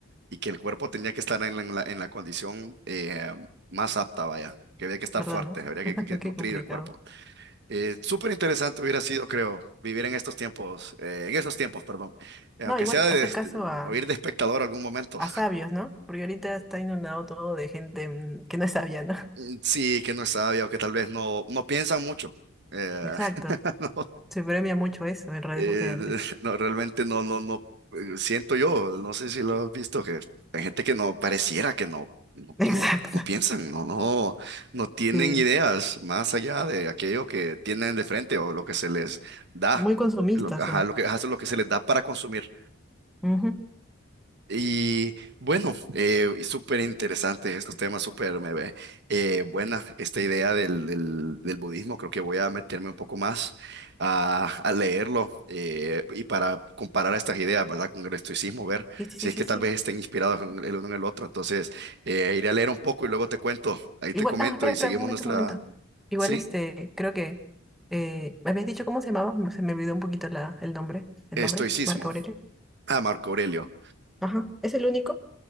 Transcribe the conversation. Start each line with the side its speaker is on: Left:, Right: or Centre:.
Right: y que el cuerpo tenía que estar en la, en la- en la condición eh, más apta, vaya, que había que estar
Centre: ¿Verdad,
Right: fuerte,
Centre: no?
Right: habría que,
Centre: <laughs>
Right: que- que
Centre: Qué
Right: nutrir
Centre: complicado.
Right: el cuerpo. Eh, súper interesante hubiera sido, creo, vivir en estos tiempos, eh, en esos tiempos, perdón, Eh, aunque
Centre: No, igual
Right: sea de,
Centre: hacer
Right: este,
Centre: caso a,
Right: oír de espectador algún momento.
Centre: a sabios, ¿no? Porque ahorita está inundado todo de gente mm, que no es sabia, ¿no?
Right: Mm, Sí, que no es sabia o que tal vez no, no piensan mucho.
Centre: <laughs>
Right: Eh,
Centre: Exacto.
Right: <laughs> no,
Centre: Se premia mucho eso en redes
Right: Eh,
Centre: sociales.
Right: <laughs> no, realmente no, no, no, eh, siento yo, no sé si lo has visto, que hay gente que no pareciera que no, no,
Centre: <laughs> Exacto.
Right: no, no piensan, no, no, no tienen
Centre: Sí.
Right: ideas más allá de aquello que tienen de frente o lo que se les da,
Centre: Muy consumistas
Right: lo, que- ajá,
Centre: son.
Right: lo que, ajá, eso es lo que se les da para consumir.
Centre: Ujú.
Right: Y bueno, eh, y súper interesante estos temas, súper me ve eh, buena esta idea del, del, del budismo. Creo que voy a meterme un poco más a, a leerlo eh, y para comparar estas ideas, ¿verdad? Con el estoicismo, ver
Centre: Sí, sí,
Right: si es
Centre: sí,
Right: que
Centre: sí, sí.
Right: tal vez estén inspirados en- el uno en el otro. Entonces, eh, iré a leer un poco y luego te cuento, ahí
Centre: Igual,
Right: te comento
Centre: ah, espera,
Right: y
Centre: espera,
Right: seguimos
Centre: un momento,
Right: nuestra,
Centre: un momento. Igual,
Right: ¿sí?
Centre: este, creo que eh, me habías dicho cómo se llamaba, se me olvidó un poquito la, el nombre, el
Right: Estoicismo.
Centre: nombre, Marco Aurelio.
Right: Ah, Marco Aurelio.
Centre: Ajá, ¿es el único?